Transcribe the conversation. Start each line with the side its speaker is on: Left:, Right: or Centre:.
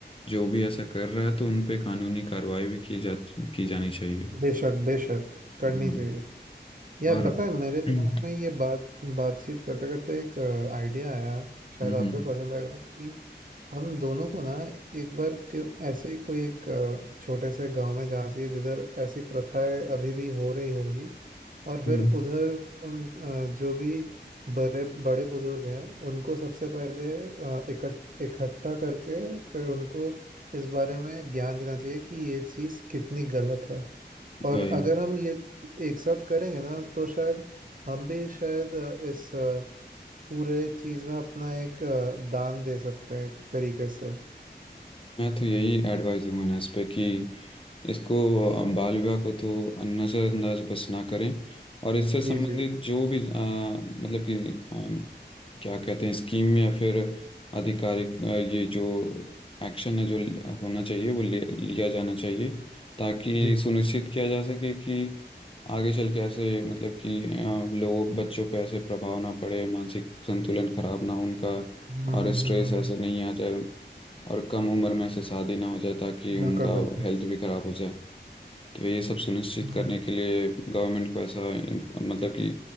Left: जो भी ऐसा कर रहा है तो उन पे कानूनी कार्रवाई भी की जा की जानी चाहिए
Right: बेशक बेशक करनी
Left: हाँ,
Right: चाहिए यार
Left: और
Right: पता
Left: <clears throat>
Right: है मेरे दिमाग
Left: हम्म
Right: में ये बात बातचीत करते करते एक आइडिया आया शायद
Left: हम्म
Right: आपको भी पसंद आएगा कि हम दोनों को ना एक बार के ऐसे ही कोई एक अ, छोटे से गांव में जाना चाहिए जिधर ऐसी प्रथाएं अभी भी हो रही होंगी और फिर
Left: हम्म,
Right: उधर उन अ, जो भी बड़े बड़े बुजुर्ग हैं उनको सबसे पहले अ, इकट इकट्ठा करके फिर उनको इस बारे में ज्ञान देना चाहिए कि ये चीज़ कितनी गलत है और
Left: वही
Right: अगर हम ये एक साथ करेंगे ना तो शायद हम भी शायद अ, इस अ, पूरे चीज में अपना एक अ, दान दे सकते हैं एक तरीके से
Left: मैं तो यही एडवाइस दूंगा ना इस पे कि इसको अ, बाल विवाह को तो नज़रअंदाज बस ना करें और इससे संबंधित
Right: जी जी
Left: जो भी अ, मतलब कि अ, क्या कहते हैं स्कीम या फिर आधिकारिक अ, ये जो एक्शन है जो होना चाहिए वो ले, लिया जाना चाहिए ताकि
Right: जी
Left: सुनिश्चित किया जा सके कि आगे चल के ऐसे मतलब कि अ, लोग बच्चों पे ऐसे प्रभाव ना पड़े मानसिक संतुलन खराब ना हो उनका
Right: हम्म, हम्म,
Left: और स्ट्रेस
Right: हम्म,
Left: ऐसे
Right: हम्म,
Left: नहीं आ जाए और कम उम्र में ऐसे शादी ना हो जाए ताकि उनका
Right: बिल्कुल बिल्कुल
Left: हेल्थ भी खराब हो जाए तो ये सब सुनिश्चित
Right: हम्म,
Left: करने के लिए गवर्नमेंट को ऐसा इन- मतलब कि